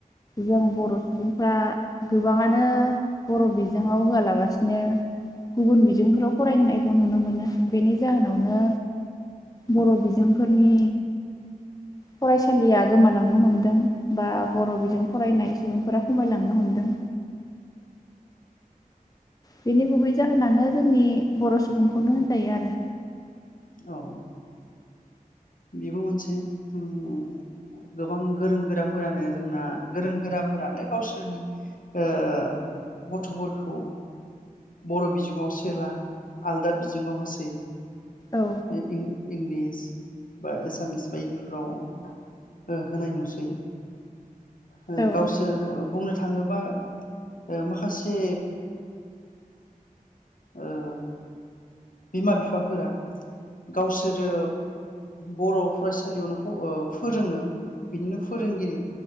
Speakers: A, on the left; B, on the left.
A: जों बर' सुबुंफ्रा गोबाङानो बर' बिजोङाव होआलाबासिनो। गुबुन बिजोंफोराव फरायहोनायखौ नुनो मोनो बेनि जाहोनावनो बर' बिजोंफोरनि फरायसालिया गोमालांनो हमदों बा बर' बिजों फरायनाय सुबुंफोरा खमायलांनो हमदों। बेनि गुबै जाहोनानो जोंनि बर' सुबुंखौनो होनजायो आरो।
B: औ। बेबो मोनसे जोंनि ओम गोबां गोरों गोराफोरानो जोंना गोरों गोराफोरानो गावसोरनि ओ-गथ'फोरखौ बर' बिजोङाव सोला आलदा बिजोङाव होसै। <unintelligible>
A: औ
B: इंलिस बा एसामिस बायदिफ्राव हो-होनाय नुसै। ओ-गावसोर
A: औ औ
B: बुंनो थाङोबा ओ-माखासे ओ- बिमा बिफाफोरा गावसोरो बर' फरायसालियावनो फ-ओ-फोरोङो बिनिनो फोरोंगिरि